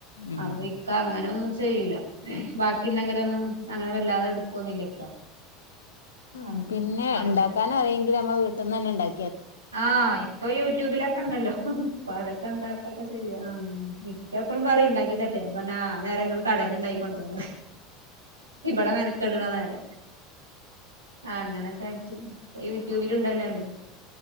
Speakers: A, on the left; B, on the right.
A: ഉം
B: അപ്പൊ ഇക്ക അങ്ങനെ ഒന്നും ചെയ്യൂല ബാക്കിന്റെങ്ങനെയോന്നും അങ്ങനെ വല്ലാതെ എടുക്കൊന്നില്ല ഇക്ക
A: ഹാ
B: അങ്ങനെ
A: പിന്നെ
B: അപ്പൊ
A: ഇണ്ടാക്കാനറിയങ്കില്
B: പിന്നെ
A: നമ്മളെ വീട്ട്ന്നന്നെ ഇണ്ടാ
B: ആ ഇപ്പൊ യൂട്യൂബിലൊക്കെ ണ്ടല്ലോ ഇപ്പ അതൊക്കെ ഇണ്ടാക്കൊക്കെ ചെയ്യ ആഹ് ഇക്ക എപ്പളും പറിം ഇണ്ടാക്കി തര്ട്ടെന്ന് ഞാൻ പർഞ് ആ നേരങ്ങള് കടേന്ന് ഇണ്ടാക്കി കൊണ്ടര് ന്ന് ഇബട മെന ക്കടണ നേരം അങ്ങനെക്കായിട്ട് യൂട്യൂബില് ഇണ്ടല്ലല്ലോ എല്ലും